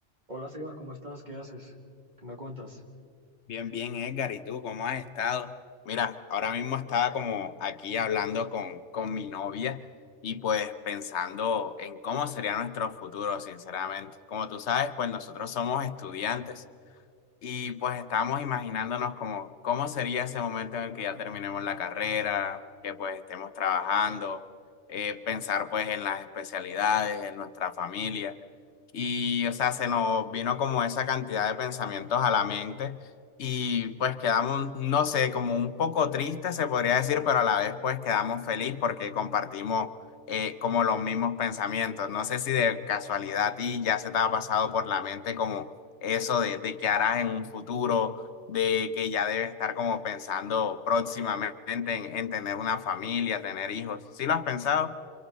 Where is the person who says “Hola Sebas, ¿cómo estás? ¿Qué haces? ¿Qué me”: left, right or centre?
Right